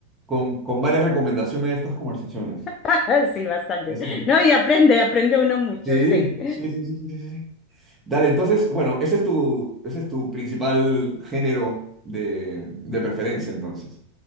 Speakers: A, on the right; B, on the left.
A: con, con varias recomendaciones de estas conversaciones.
B: <laughs> Sí, bastante.
A: Eso me gusta.
B: No, y aprende, aprende uno mucho,
A: Sí,
B: sí.
A: sí, sí, sí, sí, sí, sí. sí. Dale, entonces, bueno, ese es tu, ese es tu principal género de, de preferencia, entonces.